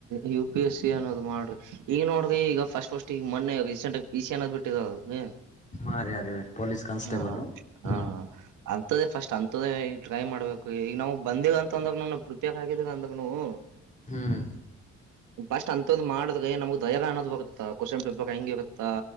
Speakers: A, on the right (about 85°); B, on the left (about 25°).
A: ಯು ಪಿ ಎಸ್ ಸಿ ಅನ್ನೋ್ ಮಾಡ್ರಿ ಈಗ ನೋಡ್ರಿ ಈಗ ಫಸ್ಟ್ ಫಸ್ಟ್ ಈಗ ಮೊನ್ನೆ ರೀಸೆಂಟ್ ಆಗ ಪ ಸಿ ಅನ್ನೋದ್ ಬಿಟ್ಟಿ. ಕಟ್ಟದ.
B: ಮಾರಿ ಯಾರಿವೆ ಪೊಲೀಸ್ ಕಾನ್ಸ್ಟೇಬಲ್
A: ಹ ಹ
B: ಹ್ಮ್
A: ಅಂತದೆೇ ಫಸ್ಟ್ ಅಂತದೆೇ. ಟ್ರೈ ಮಾಡ್ಬೇಕು ಈಗ ನಾವವು ಬಂದಗಂತ ಅಂದಾಗನು ಪ್ರಪಿಯಕ್ ಆಗಿದಾಗ ಅಂದಾಗ ನವು.
B: ಹ್ಮ್.
A: ಬಸ್ಟ್ ಅಂಂತದ್ ಮಾಡ್ದ ನಮ್ಗ್ ದಯಾ ಅನ್ನೋದ್ ಬೋಗುತ್ತ ಕಸಂ ಪಪಕ್ ಹೆಂಗಗೆ ಹೋಗುತ್ತಾ.